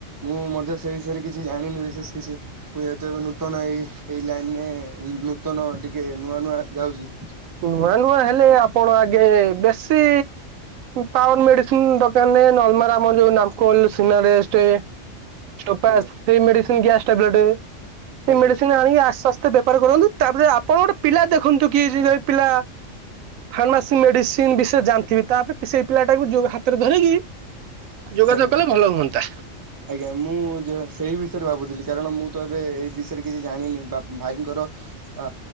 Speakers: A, on the right; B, on the right.
A: ମୁଁ ମଧ୍ୟ ସେଇ ବିଷୟରେ କିଛି ଜାଣିନି ବିଶେଷ କିଛି। ମୁଁ ଯେହେତୁ ଏବେ ନୂତନ ଏଇ ଏଇ ଲାଇନରେ ନୂତନ ଟିକେ ନୂଆ ନୂଆ ଯାଉଛି।
B: ନୂଆ ନୂଆ ହେଲେ ଆପଣ ଆଗେ ବେଶୀ ପାୱାର ମେଡି ଦୋକାନ ରେ ନରମାଲ ଆମର ଯୋଉ ନାମକୋଲ ସିନାରେଷ୍ଟ। ଷ୍ଟୋପାଚ୍
A: ଆଜ୍ଞା
B: ସେଇ ମେଡିସିନ୍ ଗ୍ୟାସ୍ ଟାବଲେଟ। ସେଇ
A: ଆଜ୍ଞା
B: ମେଡିସିନ୍ ଆଣିକି ଆସ୍ତେ ଆସ୍ତେ ବେପାର କରନ୍ତୁ ତାପରେ ଆପଣ ଗୋଟେ ପିଲା ଦେଖନ୍ତୁ କି ପିଲା ଫାର୍ମାସି ମେଡିସିନ୍ ବିଷୟରେ ଜାଣିଥିବେ ତାପରେ ସେଇ ପିଲାଟାକୁ ଯୋଗ ହାତରେ ଧରିକି ଯୋଗାଯୋଗ
A: ଆଜ୍ଞା।
B: କଲେ ଭଲ ହୁଅନ୍ତା।
A: ଆଜ୍ଞା ମୁଁ ଯେ ସେଇ ବିଷୟରେ ଭାବୁଥିଲି କାରଣ ମୁଁ ତ ଏବେ ଏଇ ବିଷୟରେ କିଛି ଜାଣିନି ବା ଭାଇଙ୍କର ଆ